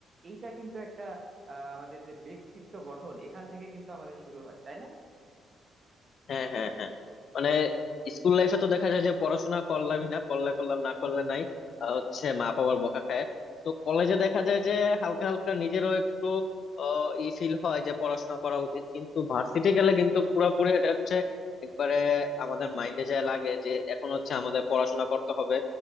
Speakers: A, on the right (about 40°); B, on the left (about 60°).
A: এইটা কিন্তু একটা আহ, আমাদের যে ব্যক্তিত্ব গঠন এখান থেকে কিন্তু আমাদের শুরু হয় তাই না
B: হ্যাঁ হ্যাঁ হ্যাঁ মানে স্কুল লাইফে তো দেখা যায় যে পড়াশোনা করলামই না করলে করলাম না করলে নাই আহ, হচ্ছে মা বাবার বকা খায় তো কলেজে দেখা যায় যে হালকা হালকা নিজেরও একটু আহ, ই ফিল হয় যে পড়াশোনা করা উচিত কিন্তু ভার্সিটি গেলে কিন্তু পুরোপুরি এটা হচ্ছে একবারে আমাদের মাইন্ডে যায় লাগে যে এখন হচ্ছে আমাদের পড়াশোনা করতে হবে